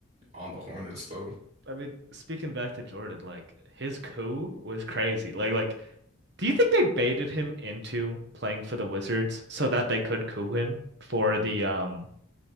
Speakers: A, on the right (about 35°); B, on the right (about 55°).
A: on the Hornets, though.
B: I mean, speaking back to Jordan, like his coup was crazy. Like, like, do you think they baited him into playing for the Wizards so that they could coup him for the um